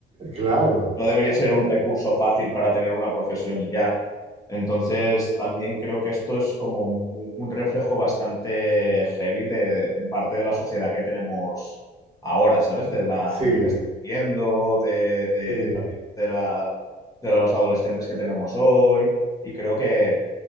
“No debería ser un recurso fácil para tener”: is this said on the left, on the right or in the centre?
Left